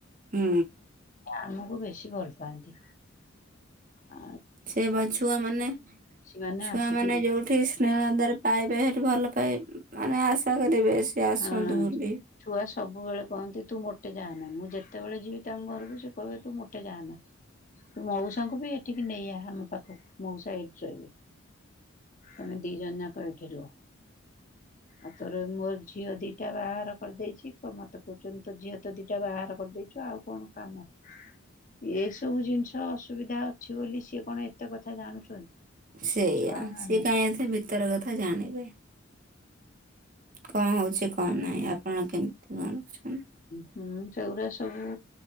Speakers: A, on the right; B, on the left.
A: ହୁଁ।
B: ଆମକୁ ବେଶୀ ଭଲ ପାଆନ୍ତି। ଆ
A: ସେ ବା ଛୁଆମାନେ
B: ମାନେ
A: ଛୁଆମାନେ
B: ଆସିକି ରୁ
A: ଯୋଉଠି ସ୍ନେହ ଆଦାର ପାଇବେ, ସେଠି ଭଲ ପାଇ। ମାନେ ଆଶା କରିବେ। ସିଏ ଆସନ୍ତୁ
B: ହଁ।
A: ବୋଲି।
B: ଛୁଆ ସବୁବେଳେ କହନ୍ତି, ତୁ ମୋଟେ ଯା ନା। ମୁଁ ଯେତେବେଳେ ଯିବି ତାଙ୍କ ଘରକୁ, ସେ କହିବେ ତୁ ମୋଟେ ଯାଆନା। ମଉସାଙ୍କୁ ବି ଏଠିକି ନେଇଆ ଆମ ପାଖକୁ, ମଉସା ଏଇଠି ରହିବେ। ତମେ ଦି ଜଣ ଯାକ ଏଇଠି ରୁହ। ଆଉ ତୋର ମୋ ଝିଅ ଦିଟା ବାହାଘର କରିଦେଇଛି। ମତେ କହୁଛନ୍ତି, ତ ଝିଅ ତ ଦିଟା ବାହାଘର କରିଦେଇଛୁ। ଆଉ କଣ କାମ? ଏ ସବୁ ଜିନିଷ ଅସୁବିଧା ହଉଛି ବୋଲି, ସିଏ କଣ ଏତେ କଥା ଜାଣୁଛନ୍ତି?
A: ସେଇଆ।
B: ଛୁଆମାନେ
A: ସିଏ କାହିଁ ଏତେ ଭିତର କଥା ଜାଣିବେ। କଣ ହଉଛି, କଣ
B: ହୁଁ
A: ନାହିଁ? ଆପଣ କେମତି ବଞ୍ଚୁଛନ୍ତି?
B: ହୁଁ ସେଉରା ସବୁ